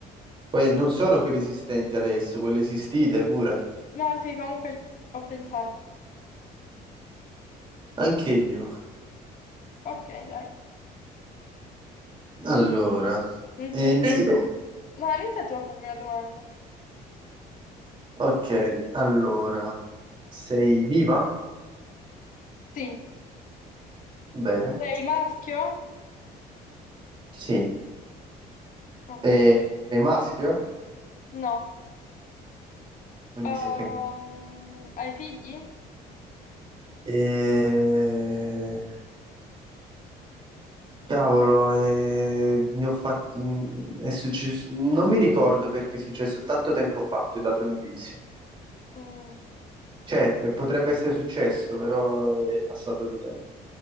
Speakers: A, on the right; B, on the left.
A: Poi non solo quelle esistenti adesso, quelle esistite pure.
B: No, sì, comunque ho pensato.
A: Anche io.
B: Ok, dai.
A: Allora,
B: Inizia...
A: eh, Sì. innanzitutto,
B: No, inizia tu a farmi una domanda.
A: ok, allora, sei viva?
B: Sì.
A: Bene.
B: Sei maschio?
A: Sì.
B: Oh,
A: E- sei maschio?
B: No.
A: Quindi
B: Ehm,
A: sei femminile.
B: hai figli?
A: Eh, Cavolo, eh, ne ho fat- mh, è successo... Non mi ricordo perché è successo tanto tempo fa, ti ho dato un indizio.
B: Mm,
A: Cioè, eh, potrebbe essere successo, però è passato di tempo.